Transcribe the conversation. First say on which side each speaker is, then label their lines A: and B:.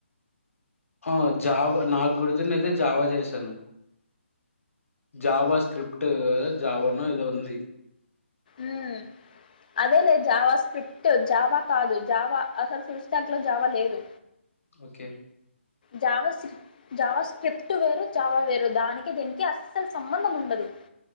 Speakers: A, on the left; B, on the left.
A: ఆ జావా నాకు గుర్తుని అయితే జావా చేశాను జావా స్క్రిప్ట జావానో ఏదో ఉంది
B: మ్ అదేలే జావా స్ స్క్రిప్ట్ జావా కాదు జావా అసలు ఫుల్ స్టాక్ లో జావా లేదు
A: ఓకే
B: జావా స్ జావా స్క్రిప్ట్ వేరు, జావా వేరు దానికి దీనికి అస్సలు సంబంధం ఉండదు.